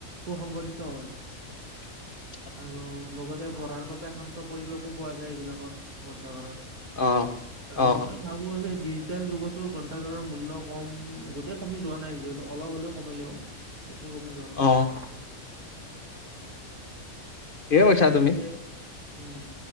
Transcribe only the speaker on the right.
সুসগঠিত হয়
আৰু লগতে পঢ়াৰ বাবে শান্ত পৰিৱেশো পোৱা যায়, এইবিলাকত গণ্ঠা ঘৰত।
আৰু
মই ভাবোঁ যে ডিজিটেল যুগটো গ্ৰন্থাগাৰৰ মূল্য কম, গোটেই কমি যোৱা নাই যিহেতু, অলপ হ'লেও কমিলে। বেছি কমি যোৱা নাই।
পিছে উম,